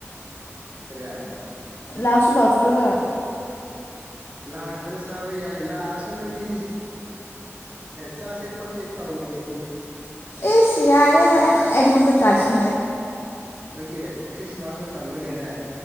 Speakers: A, on the right; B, on the left.
A: ꯀꯔꯤ
B: ꯂꯥꯛꯁꯨ ꯂꯥꯛ ꯇ꯭ꯔꯒ
A: ꯂꯥꯛꯄꯗ ꯆꯥꯕ ꯌꯥꯏ ꯂꯥꯛꯑꯁꯨ ꯅꯣꯏꯗꯤ ꯆꯥꯁꯦ ꯈꯣꯠꯁꯦ ꯀꯧꯗꯦꯅꯦ
B: ꯑꯁ ꯌꯥꯔꯦꯗ ꯑꯩꯉꯣꯟꯗ ꯇꯥꯏꯁꯤꯟ
A: ꯈꯣꯏꯒꯤ ꯈ꯭ꯔꯤꯁꯃꯥꯁ ꯃꯇꯝ ꯅꯒꯅꯦ